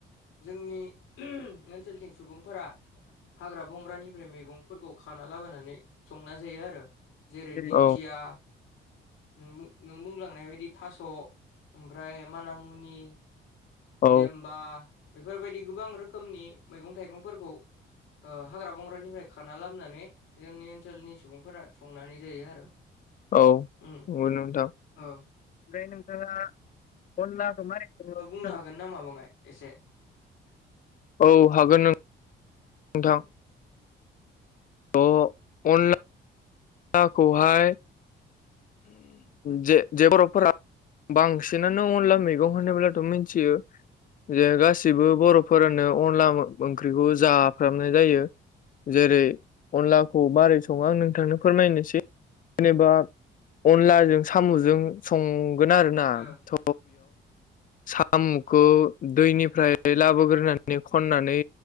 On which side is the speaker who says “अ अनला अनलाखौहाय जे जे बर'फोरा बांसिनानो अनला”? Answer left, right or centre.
Left